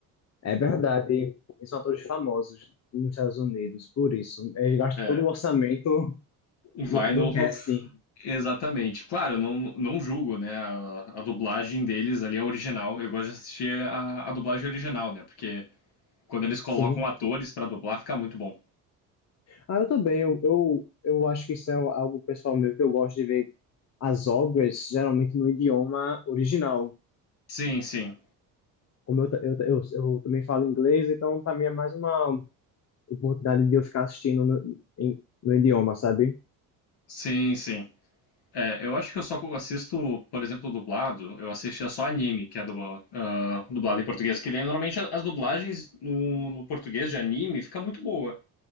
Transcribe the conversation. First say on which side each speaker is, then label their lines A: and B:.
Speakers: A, on the left; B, on the left.
A: É verdade, e são atores famosos nos Estados Unidos, por isso. Eles gastam
B: É,
A: todo o orçamento
B: vai
A: no, no
B: no,
A: casting.
B: Exatamente. Claro, não, não julgo, né, a, a dublagem deles ali, é original. Eu gosto de assistir a, a dublagem original, né, porque quando eles colocam
A: Sim.
B: atores pra dublar, fica muito bom.
A: Ah, eu também. Eu, eu, eu acho que isso é algo pessoal meu que eu gosto de ver as obras geralmente no idioma original.
B: Sim, sim.
A: Como eu, ta- eu, ta- eu, eu também falo inglês, então para mim é mais uma oportunidade de eu ficar assistindo no, em- no idioma, sabe?
B: Sim, sim. É, eu acho que eu só assisto, por exemplo, dublado, eu assistia só anime, que é dubla- ah, dublado em português, que daí normalmente as dublagens no, no português de anime fica muito boa,